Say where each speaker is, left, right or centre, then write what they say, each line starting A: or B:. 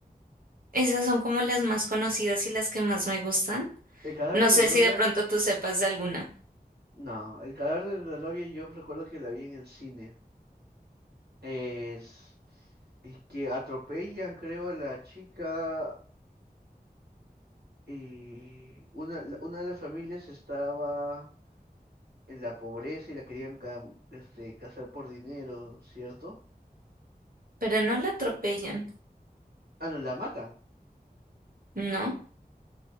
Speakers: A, on the right; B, on the right.
A: Esas son como las más conocidas y las que más me gustan.
B: ¿El cadáver
A: No
B: de
A: sé
B: la novia?
A: si de pronto tú sepas de alguna,
B: No, el cadáver de la novia yo recuerdo que la vi en el cine. Es, es que atropellan, creo, a la chica y una, la- una de las familias estaba en la pobreza y la querían cam- este, casar por dinero, ¿cierto?
A: pero no la atropellan.
B: Ah, no, la matan.
A: No,